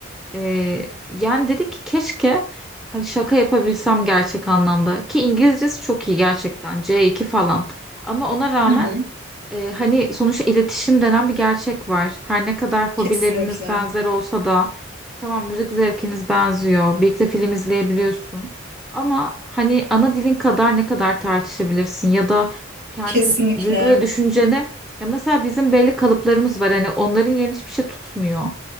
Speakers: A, in the centre; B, on the right.
A: Ee, yani dedi ki keşke hani şaka yapabilsem gerçek anlamda ki İngilizcesi çok iyi gerçekten C2 falan ama ona rağmen
B: Hı hı.
A: e, hani sonuçta iletişim denen bir gerçek var her ne kadar
B: Kesinlikle.
A: hobileriniz benzer olsa da tamam müzik zevkiniz benziyor birlikte film izleyebiliyorsun ama hani ana dilin kadar ne kadar tartışabilirsin ya da kendi
B: Kesinlikle
A: duygu ve düşünceni ya mesela bizim belli kalıplarımız var hani onların yerini hiçbir şey tutmuyor